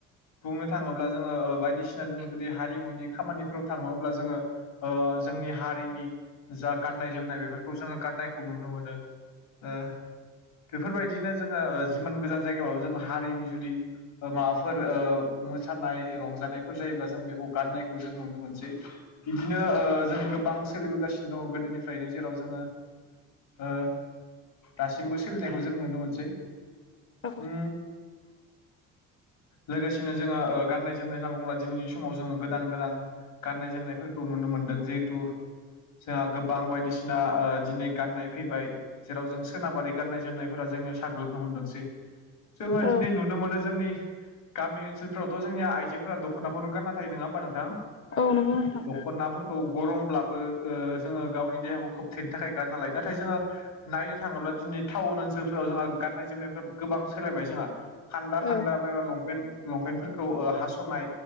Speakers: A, on the left; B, on the left.
A: बुंनो थाङोब्ला जोङो ओ बायदिसिना जों जुदि हारिमुनि खामानिफोराव थाङो अब्ला जोङो ओ जोंनि हारिनि जा गाननाय जोमनाय बेफोरखौ जोङो गाननायखौ नुनो मोनो ओ बेफोरबायदिनो जोङो ओ जिमान गोजान जायगाबाबो जों हारिनि जुदि ओ माबाफोर ओ मोसानाय रंजानायफोर जायोब्ला जों बेखौ गाननायखौ जों नुनो मोनसै। बिदिनो ओ जों गोबां सोलिबोगासिनो दङ गोदोनिफ्रायनो जेराव जोङो ओ दासिमबो सोलिनायखौ जों नुनो मोनसै
B: औ
A: उम लोगोसेनो जोङो ओ गाननाय जोमनाय नांगौ होमबा दिनैनि समाव जों गोदान गोदान गाननाय जोमनायफोर खौ नुनो मोनदों जिहेथु जोंहा गोबां बायदिसिना ओ दिनै गाननाय फैबाय जेराव जों सोनाबारि गाननाय जोमनायफोरा जोंनियाव साग्लोबनो हमदोंसै। जोङो
B: औ
A: दिनै नुनो मोनो जोंनि गामि ओनसोलफ्रावथ' जोंनिया आइजोफोरा दख'नाखौनो गानना थायो नङा होमबा नोंथां?
B: औ नंगौ नोंथां।
A: दखनाफोरखौ गरमब्लाबो ओ जोङो गावनि देहाखौ खोबथेनो थाखाय गानना लायो नाथाय जोङो नायनो थाङोब्ला दिनै थाउन ओनसोलफोराव जोंहा गाननाय जोमनायफोरा गोबां सोलायबाय जोंहा खान्दा
B: औ
A: खान्दा बायबा लंपेन्ट लंपेन्टफोरखौ ओ हास'नाय